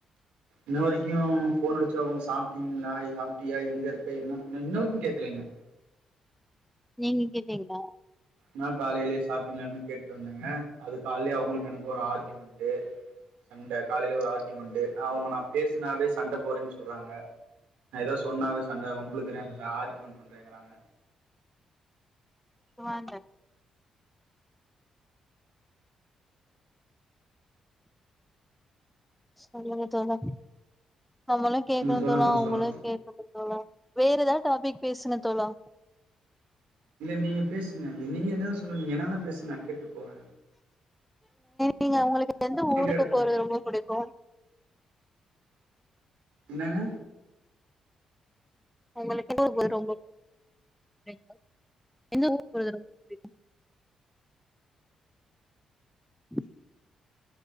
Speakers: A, on the right; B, in the centre.
A: இன்ன வரைக்கு போன்அடுச்சு அவங்க சாப்பிட்டீங்களா சாப்டியா எங்க இருப்ப என்ன பண்ண இன்ன வரைக்கு கேட்கலிங்க <inaudible>
B: நீங்க கேட்டீங்களா
A: நா காலையிலேயே சாப்டிங்களா னு கேட்டுட்டு வந்தேங்க அது காலலயே அவங்களுக்கு எனக்கு ஒரு ஆர்கயுமெண்ட் சண்டை காலையில ஒரு ஆர்கயுமெண்ட்டு அவங்க நா பேசனாவே சண்டை போறேன்னு சொல்றாங்கா நா ஏதாது சொன்னாவே சண்ட வம்பிளுக்குரே ஆர்கியுமெண்ட் பண்றேங்கறாங்க
B: சுவாந்த சொல்லுங்க தோழா நம்மளு கேக்கணு
A: நீங்க சொல்லுங்க
B: தோழா அவங்களு
A: சொல்லுங்க
B: கேக்கணு வேற ஏதாவது டாபிக் பேசுங்க தோழா
A: இல்ல நீங்க பேசுங்க நீங்க என்ன சொல்லு நீங்க என்ன வேணா பேசுங்க நா கேட்டு போவே
B: நீங்க உங்களுக்கு எந்து ஊருக்கு
A: எடத்துல
B: போறது ரொம்ப புடிக்கு
A: என்னாங்க
B: உங்களுக்கு எ ரொம்ப <inaudible> எந்த ஊரு போறது ரொம்ப புடிக்கும் <inaudible>